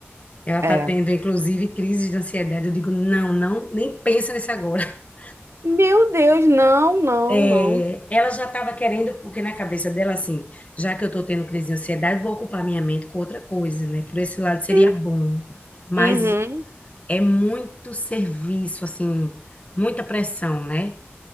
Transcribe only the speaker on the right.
É.
Meu Deus, não, não,
não.
Hum,
Uhum.